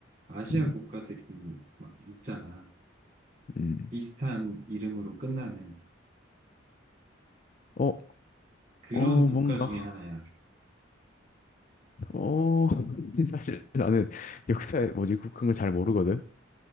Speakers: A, on the right (about 35°); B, on the left (about 40°).
A: 아시아
B: 음,
A: 국가들이 막 있잖아.
B: 음.
A: 비슷한 이름으로 끝나는.
B: 어,
A: 그런
B: 어,
A: 국가
B: 뭔가.
A: 중에 하나야.
B: 어, <laughs> 사실 나는 역사에 뭐지 그, 그런 걸 잘 모르거든.